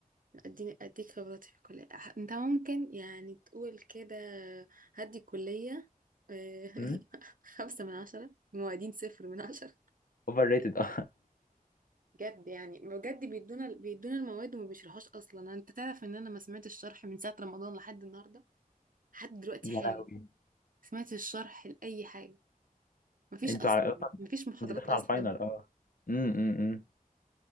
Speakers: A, on the right (about 65°); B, on the left (about 70°).
A: اديني اديك خبرتي في الكلية ه- انت ممكن يعني تقول كده هدي الكلية آه، <laughs>
B: امم
A: خمسة من عشرة الموادين صفر من عشرة
B: اوفر ريتد اه <laughs>
A: بجد يعني بجد بيدونا بيدونا المواد وما بيشرحوش اصلا انت تعرف ان انا ما سمعتش الشرح من ساعة رمضان لحد النهاردة لحد دلوقتي
B: يا
A: حالا
B: لهوي
A: ما سمعتش الشرح لأي حاجة مفيش
B: انتوا
A: اصلا
B: على
A: مفيش محاضرات
B: انتي داخلة
A: اصلا
B: على الفاينل اه امم امم